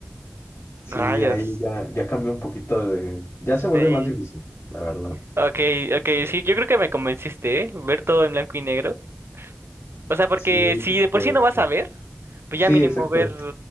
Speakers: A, on the left; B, on the right.
A: Sí,
B: Rayos.
A: ahí ya, ya cambió un poquito de... Ya se vuelve
B: Sí.
A: más difícil, la verdad.
B: Okay, okay, sí, yo creo que me convenciste, ¿eh? Ver todo en blanco y negro. O sea, porque
A: sí,
B: si de por
A: pero-
B: sí no vas a ver, pues
A: Sí,
B: ya mínimo
A: exacto.
B: ver